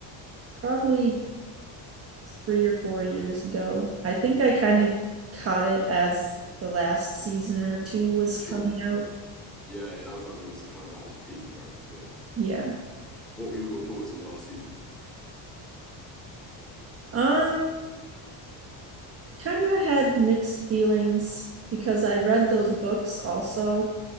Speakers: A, on the right (about 30°); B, in the centre.
A: probably three or four years ago. I think I kind of caught it as the last season or two was
B: Sure.
A: coming out.
B: Yeah, yeah, that was like when it was kind of at its peak, right? Yeah.
A: Yeah.
B: What were your thoughts on the last season?
A: Um, kind of had mixed feelings because I read those books also.